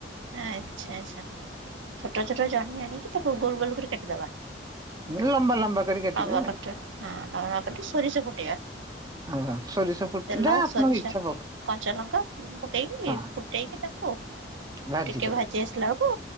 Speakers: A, on the right; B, on the right.
A: ଆଛା ଆଛା, ଛୋଟ ଛୋଟ ଜହ୍ନି ଆଣିକି ତାକୁ ଗୋଲ ଗୋଲ କରି କାଟିଦବା ।
B: ଲମ୍ବା ଲମ୍ବା କରି କାଟିବେ
A: ଲମ୍ବା କଟ, ହଁ ଲବବା କଟ, ସୋରିଷ ଫୁଟେଇବା
B: ହଁ ସୋରିଷ ଫୁଟ
A: ତେଲ,
B: ଯାହା ଆପଣଙ୍କ
A: ସୋରିଷା,
B: ଇଚ୍ଛା ପକ
A: କଞ୍ଚା ଲଙ୍କା, ପକେଇକି
B: ହଁ
A: ଫୁଟେଇକି ତାକୁ
B: ଭାଜିଦେବେ
A: ଟିକେ ଭାଜି ଆସିଲା ବେଳକୁ,